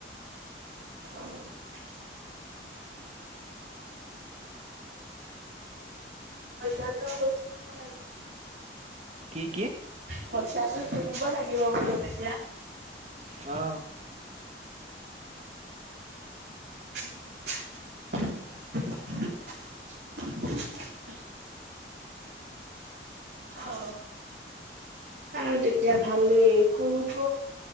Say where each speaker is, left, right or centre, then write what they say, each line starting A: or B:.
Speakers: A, on the right; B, on the right.
A: <unintelligible> পইচাটো তুলিব লাগিব।
B: কি কি
A: পইচাটো তুলিব লাগিব বোলো তেতিয়া
B: অ
A: <unintelligible> অ আৰু তেতিয়া ভালেই ফুৰিব